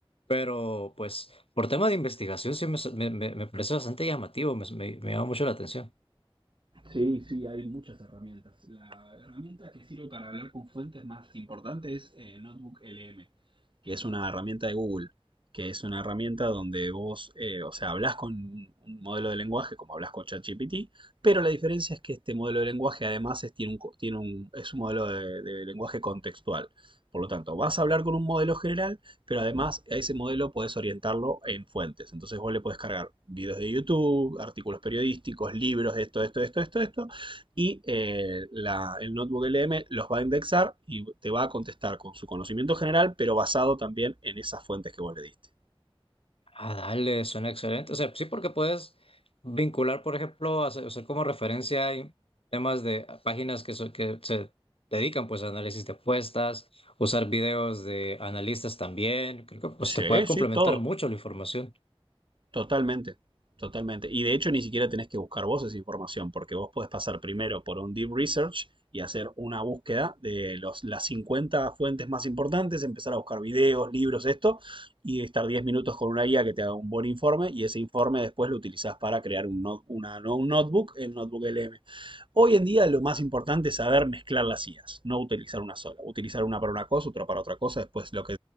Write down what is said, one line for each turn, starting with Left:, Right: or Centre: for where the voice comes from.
Left: Pero, pues, por tema de investigación, sí me, me, me- me parece bastante llamativo. Me, me, me llama mucho la atención.
Right: Sí, sí, hay muchas herramientas. La herramienta que sirve para hablar con fuentes más importante es eh, Notebook LM, que es una herramienta de Google, que es una herramienta donde vos, eh, o sea, hablas con un un modelo de lenguaje como hablas con ChatGPT, pero la diferencia es que este modelo de lenguaje además es, tiene un, co- tiene un- es un modelo de, de lenguaje contextual. Por lo tanto, vas a hablar con un modelo general, pero además, a ese modelo podés orientarlo en fuentes. Entonces vos le podés cargar videos de YouTube, artículos periodísticos, libros, esto, esto, esto, esto, esto. Y eh, la- el notebook LM los va a indexar y te va a contestar con su conocimiento general, pero basado también en esas fuentes que vos le diste.
Left: Ah, dale, suena excelente. O sea, sí, porque puedes vincular, por ejemplo, hacer, usar como referencia hay temas de páginas que, so- que se dedican pues a análisis de apuestas, usar videos de analistas también. Creo que pues
Right: Sí,
Left: te puede complementar
Right: sí, todo.
Left: mucho la información.
Right: Totalmente, totalmente. Y de hecho ni siquiera tenés que buscar vos esa información, porque vos podés pasar primero por un deep research y hacer una búsqueda de los, las 50 fuentes más importantes, empezar a buscar videos, libros, esto, y estar 10 minutos con una guía que te haga un buen informe y ese informe después lo utilizás para crear un, not- una- no- un notebook, el notebook LM. Hoy en día lo más importante es saber mezclar las IAs, no utilizar una sola. Utilizar una para una cosa, otra para otra cosa, después lo que